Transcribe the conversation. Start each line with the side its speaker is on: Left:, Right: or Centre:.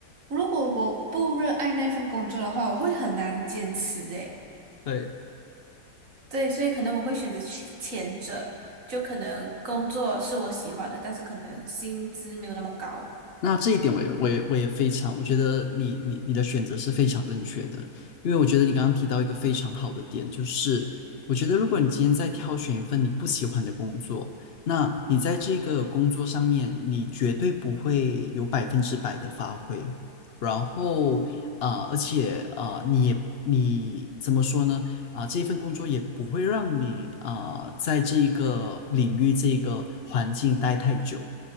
Right: 如果我不热爱那份工作的话，我会很难坚持诶。
Left: 对。
Right: 对，所以可能我会选择前前者，就可能工作是我喜欢的，但是可能薪资没有那么高。
Left: 那这一点我也我也我也非常，我觉得你你你的选择是非常正确的，因为我觉得你刚刚提到一个非常好的点，就是我觉得如果你今天在挑选一份你不喜欢的工作，那你在这个工作上面，你绝对不会有百分之百的发挥，然后啊、
Right: 嗯，
Left: 呃而且啊、呃你也你怎么说呢？啊、这份工作也不会让你啊、在这一个领域这一个环境待太久。